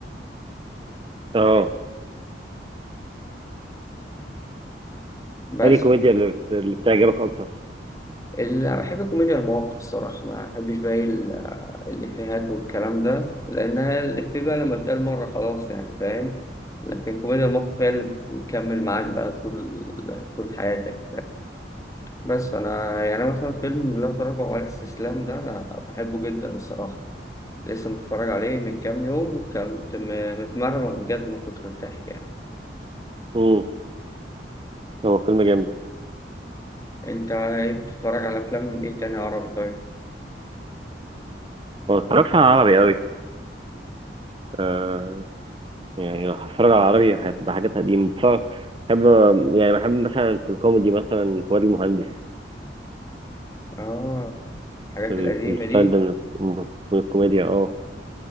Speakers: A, on the right (about 30°); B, on the left (about 20°).
A: اه
B: بس
A: انهي كوميديا اللي بت... اللي بتعجبك اكتر
B: اللي بحب الكوميديا المواقف الصراحه ما بحبش بقى ال- الافيهات والكلام ده لانها الافيه بقى لما بتقال مره خلاص يعني فاهم لكن الكوميديا المواقف هي اللي بتكمل معاك بقى طول طول حياتك بس انا يعني مثلا فيلم لا تراجع ولا استسلام ده انا بحبه جدا الصراحه لسه متفرج عليه من كام يوم كنت م- متمرمر بجد من كتر الضحك يعني
A: امم هو فيلم جامد
B: انت إيه بتتفرج على افلام من ايه تاني عربي طيب
A: ما بتفرجش على عربي قوي آه يعني لو هتفرج على عربي هتبقى حاجات قديمة بتفرج بحب يعني بحب مثلا في الكوميدي مثلا فؤاد المهندس
B: اه الحاجات
A: ال-
B: القديمه
A: الستايل
B: دي
A: ده من من- من الكوميديا اه